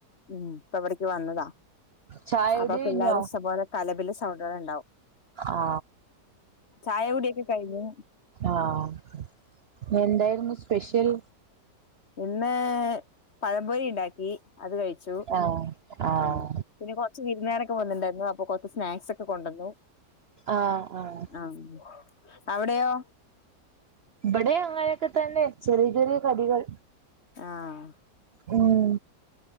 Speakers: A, on the left (about 40°); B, on the right (about 60°).
A: ഉം ഇപ്പൊവിട്ക്ക് വന്നതാ
B: ചായകുടി
A: അപ്പൊ
B: കഴിഞ്ഞോ
A: പിള്ളേർ ഇഷ്ടം പോലെ കലപില സൗണ്ട് കൾ ഉണ്ടാവും
B: ആ
A: ചായ കുടിയൊക്കെ കഴിഞ്ഞു
B: ആഹ് ഇന്നെന്തായിരുന്നു സ്പെഷ്യൽ
A: ഇന്ന് പഴംപൊരി ഉണ്ടാക്കി അത് കഴിച്ചു
B: ആ ആ
A: ഉം പിന്നെ കുറച്ച് വിരുന്നേരൊക്കെ വന്നിണ്ടായിരുന്നു അപ്പൊ കൊറച്ച് സ്നാക്സ് ഒക്കെ കൊണ്ടന്നു
B: ആഹ് ആഹ്
A: ആം അവിടെയോ
B: ഇബടേം അങ്ങനെയൊക്കെ തന്നെ ചെറിയ ചെറിയ കടികൾ
A: ആഹ്
B: ഉം